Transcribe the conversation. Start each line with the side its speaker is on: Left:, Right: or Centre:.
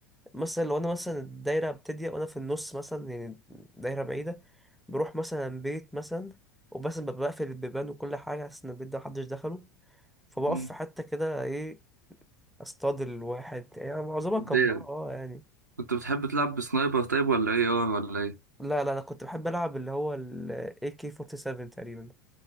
Centre: مثلا لو انا مثلا الدايره بتضيق وانا في النص مثلا يعني دايره بعيده بروح مثلا بيت مثلا وبس ببقى بقفل البيبان وكل حاجه عشان البيت ده محدش دخله فبقف
Right: مم.
Centre: في حته كده ايه اصطاد الواحد يعني معظمها
Right: بتضايق.
Centre: كان بره اه يعني
Right: كنت بتحب تلعب بسنايبر طيب ولا ايه ار ولا ايه
Centre: لا لا انا كنت بحب العب اللي هو ال AK47 تقريبا